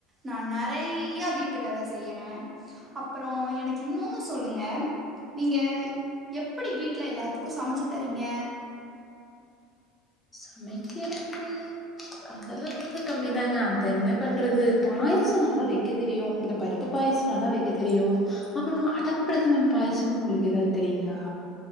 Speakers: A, on the right (about 20°); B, on the left (about 20°).
A: நா நெறைய்யா வீட்டு வேல செய்யறே அப்பறோ எனக்கு இன்னோன்னு சொல்லுங்க நீங்க எப்பிடி வீட் ல எல்லாத்துக்கு சமச்சு தரீங்க
B: சமைக்கிறது அதெல்லா வந்து கம்மிதாங்க அத என்ன பண்றது பாயாசோ நல்லா வைக்க தெரியு இந்த பருப் பு பாயசோ நல்லா வைக்க தெரியு அப்றோ அடம்ப்ரதமன் பாயசன்னு உங்களுக்கு எதாது தெரியுங்ளா